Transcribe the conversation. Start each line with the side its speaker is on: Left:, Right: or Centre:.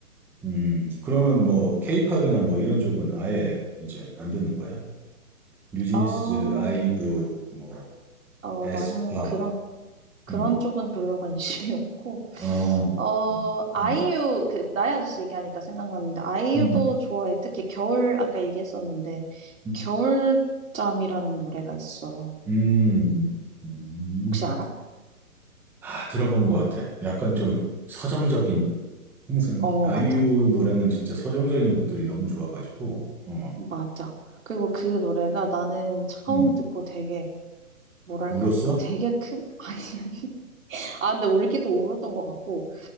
Centre: 음. 그러면 뭐, 케이팝이나 뭐 이런 쪽은 아예 이제 안 듣는 거야? 뉴진스,
Right: 같아. 어,
Centre: 아이브, 뭐,
Right: 어,
Centre: 에스파,
Right: 나는 그런 그런
Centre: 음,
Right: 쪽은 별로 관심이 없고,
Centre: 어,
Right: 어, 아이유,
Centre: 음,
Right: 그, 나의 아저씨 얘기하니까 생각났는데, 아이유도
Centre: 음.
Right: 좋아해. 특히 겨울, 아까 얘기했었는데,
Centre: 음.
Right: 겨울잠이라는 노래가 있어.
Centre: 음, 음.
Right: 혹시 알아?
Centre: 아, 들어본 것 같아. 약간 좀 서정적인, 항상
Right: 어,
Centre: 아이유
Right: 맞아.
Centre: 노래는 진짜 서정적인 곡들이 너무 좋아가지고, 어,
Right: 맞아. 그리고 그 노래가 나는 처음
Centre: 음.
Right: 듣고 되게, 뭐랄까,
Centre: 울었어?
Right: 되게 큰, <laughs> 아니, 아니. 아, 근데 울기도 울었던 것 같고,